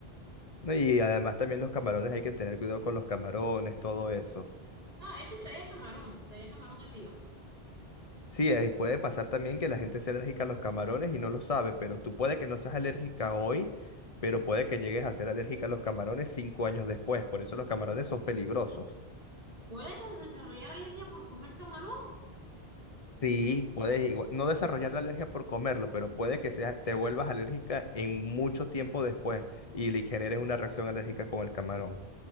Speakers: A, on the left; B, on the right.
A: ¿no? Y además también los camarones, hay que tener cuidado con los camarones, todo eso.
B: Ah, ese traía camarón, traía camarón arriba.
A: Sí, ahí puede pasar también que la gente sea alérgica a los camarones y no lo sabe, pero tú puede que no seas alérgica hoy, pero puede que llegues a ser alérgica a los camarones cinco años después. Por eso los camarones son peligrosos.
B: ¿Puedes desarrollar alergia por comer camarón?
A: Sí,
B: O
A: puedes
B: sea,
A: igual- no desarrollar la alergia por comerlo, pero puede que sea, te vuelvas alérgica en mucho tiempo después y le generes una reacción alérgica con el camarón.